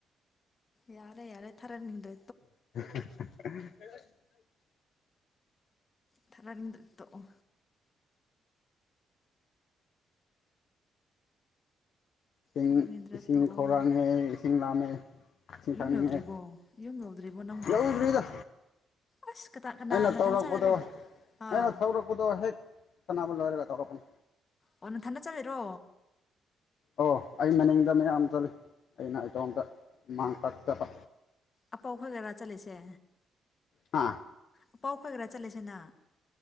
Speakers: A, on the left; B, on the left.
A: ꯌꯥꯔꯦ ꯌꯥꯔꯦ ꯊꯥꯔꯅꯤꯡꯗ꯭ꯔ
B: <inaudible> <unintelligible> <inaudible>
A: ꯊꯥꯔꯛꯅꯤꯡꯗ꯭ꯔꯗꯤ ꯇꯣꯛꯑꯣ
B: ꯏꯁꯤꯡ
A: ꯊꯥꯔꯛꯅꯤꯡꯗ꯭ꯔꯦ
B: ꯏꯁꯤꯡ
A: ꯇꯣꯛꯑꯣ
B: ꯈꯧꯔꯥꯉꯦ ꯏꯁꯤꯡ ꯂꯥꯝꯃꯦ <inaudible>
A: ꯌꯨꯝ
B: ꯊꯛꯅꯤꯡꯉꯦ
A: ꯌꯧꯗ꯭ꯔꯤꯕꯣ ꯌꯨꯝ ꯌꯧꯗ꯭ꯔꯤꯕꯣ ꯅꯪꯕꯣ
B: ꯌꯧꯗ꯭ꯔꯤꯗ
A: ꯑꯁ ꯀꯅꯥ ꯀꯅꯥ
B: ꯑꯩꯅ
A: ꯅꯊꯟ
B: ꯇꯧꯔꯛꯄꯗꯣ
A: ꯆꯠꯂꯤꯔꯣ ꯑꯥ
B: ꯑꯩꯅ ꯊꯧꯔꯛꯄꯗꯣ ꯍꯦꯛ ꯁꯅꯥꯕ ꯂꯣꯏꯔꯒ ꯇꯧꯔꯛꯄꯅꯦ
A: ꯑꯣ ꯅꯊꯟꯗ ꯆꯠꯂꯤꯔꯣ
B: ꯑꯣ ꯑꯩ ꯃꯅꯤꯡꯗ ꯃꯌꯥꯝ ꯆꯠꯂꯤ ꯑꯩꯅ ꯏꯇꯣꯝꯇ ꯃꯥꯡ ꯇꯥꯛꯆꯕ
A: ꯑꯄꯧ ꯈꯣꯢꯒꯔ ꯆꯠꯂꯤꯁꯦ
B: ꯍꯥꯥ
A: ꯑꯄꯧ ꯈꯣꯏꯒꯔ ꯆꯠꯂꯁꯤꯅ